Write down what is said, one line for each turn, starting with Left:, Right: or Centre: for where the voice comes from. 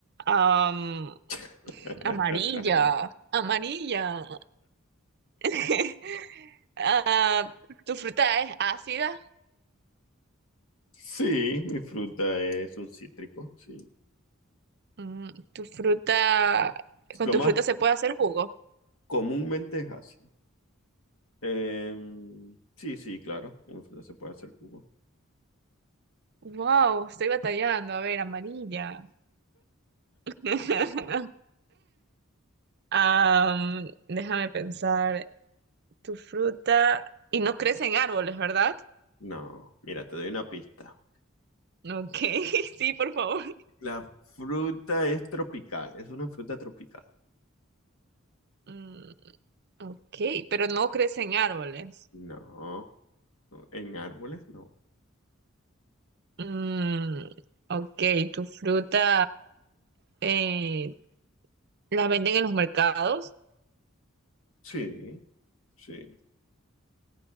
Right: Am,
Left: <laughs>
Right: amarilla, amarilla. <laughs> Ah, ¿tu fruta es ácida?
Left: Sí, mi fruta es un cítrico, sí.
Right: Mm, ¿tu fruta... ¿Con
Left: Lo
Right: tu
Left: más
Right: fruta se puede hacer jugo?
Left: comúnmente es así. Em, sí, sí, claro. Una fruta se puede hacer jugo.
Right: Wow, estoy batallando. A ver, amarilla. <laughs> Am, déjame pensar, tu fruta y no crece en árboles, ¿verdad?
Left: No, mira, te doy una pista.
Right: Ok, <laughs> sí, por favor.
Left: La fruta es tropical, es una fruta tropical.
Right: Mm, ok, pero no crece en árboles.
Left: No, no, en árboles no.
Right: Mm, ok, tu fruta eh, la venden en los mercados.
Left: Sí, sí.